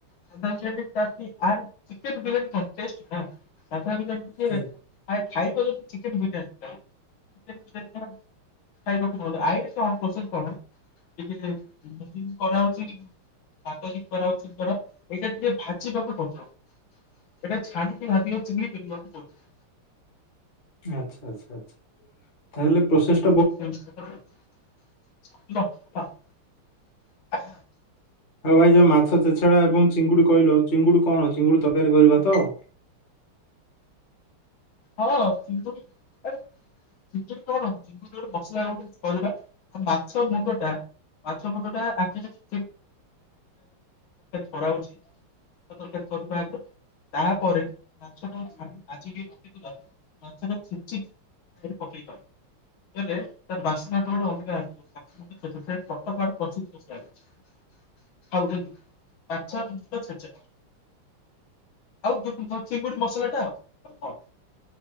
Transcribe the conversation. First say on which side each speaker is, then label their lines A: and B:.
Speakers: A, on the left; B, on the left.
A: ସାଧା ବିରିୟାନୀ ତାର ଟିକେ <unintelligible> ଚିକେନ୍‌ ବିରିୟାନୀ କଣ ଟେଷ୍ଟ ହଁ, ହଁ, ସାଧା ବିରିୟାନୀ ଟିକେ
B: ଠିକ୍।
A: ଖା ଖାଇବ ଯଦି ଚିକେନ୍ ବିରିୟାନୀ ଟା। ଚିକେନ୍ ବିରିୟାନୀ ଟା ଖାଇବାକୁ ଭଲ। ଆଇରି କଣ ପ୍ରସେସ୍ କଣ <unintelligible> <unintelligible> କରା ହଉଚି। ଭାତ କି କରା ହଉଚି କଣ ଏଇଟା ଟିକେ ଭାଜିବାକୁ ପଡିବ। ଏଟା ଛାଡ଼ିିକି ଭାଜି ଆଉ <unintelligible> କିଣିବାକୁ ପଡୁଛି।
B: ଆଚ୍ଛା, ଆଚ୍ଛା, ଆଚ୍ଛା ତାହେଲେ ପ୍ରୋସେସ୍
A: <inaudible>
B: ହଉ ଭାଇ ଯୋଉ ମାଛ ଚେଛଡା ଏବଂ ଚିଙ୍ଗୁଡ଼ି କହିଲ ଚିଙ୍ଗୁଡ଼ି କଣ ଚିଙ୍ଗୁଡ଼ି ତରକାରୀ କରିବା ତ
A: ହଁ ଚିଙ୍ଗୁଡ଼ି ଆରେ ଚିଙ୍ଗୁଡି କଣ ଚିଙ୍ଗୁଡ଼ି ଗୋଟେ ମସଲାର ଗୋଟେ ପରିବା ମାଛମୁଣ୍ଡଟା ମାଛ ମୁଣ୍ଡଟା <unintelligible> କରହଉଛି ତରକାରୀ କରିବା ହେତୁ ତାପରେ ମାଛଟାକୁ ଛାଣି ଭାଯିକି <unintelligible> ପଛରେ ଛିଞ୍ଚିକି ସେଥିରେ ପକେଇବା। ଏବେ ତାର ବାସ୍ନାଟା ଗୋଟେ ଅଲଗା ଆସିବ। <unintelligible> ପଶିଯିବ ସିଆଡ଼େ। ହଉ <unintelligible> ମାଛ ମୁଣ୍ଡ ଛେଞ୍ଚେଡ଼ା । ଆଉ <unintelligible> ଚିଙ୍ଗୁଡି ମସଲା ଟା ଆଉ ଆଉ କଣ।